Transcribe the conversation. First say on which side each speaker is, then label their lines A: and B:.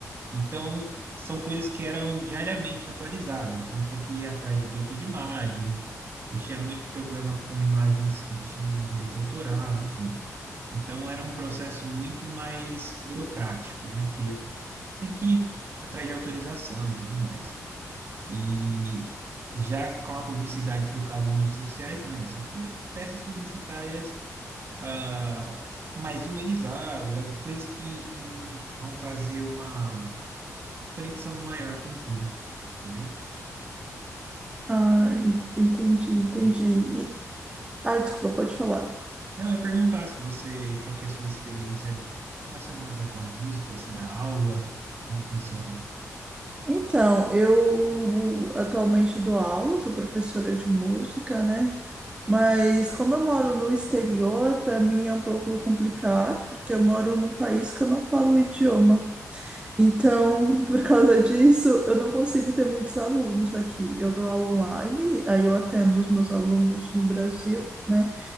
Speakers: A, on the right (about 40°); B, on the right (about 20°).
A: Então, são coisas que eram diariamente atualizadas. Então, tinha que ir atrás de banco de imagem. Eu tinha muito problema com imagens que tinha direito autoral, enfim. Então, era um processo muito mais burocrático, né? Porque você tem que ir atrás de autorização e tudo mais. E e já com a publicidade focada em mídias sociais, não. Você cria peças publicitárias, ah, mais humanizadas, al- coisas que eh, vão trazer uma conexão maior com o público, entendeu?
B: Ah, en- entendi, entendi.
A: E
B: E- ah, desculpa, pode falar.
A: não, eu ia perguntar se você, qual que é a sua experiência relacionada com a música, se dá aula, como funciona
B: Então, eu atualmente dou aula, sou professora de música, né? Mas como eu moro no exterior, para mim é um pouco complicado, porque eu moro num país que eu não falo o idioma. Então,
A: isso.
B: por causa disso, eu não consigo ter muitos alunos aqui. Eu dou aula online, aí eu atendo os meus alunos no Brasil, né?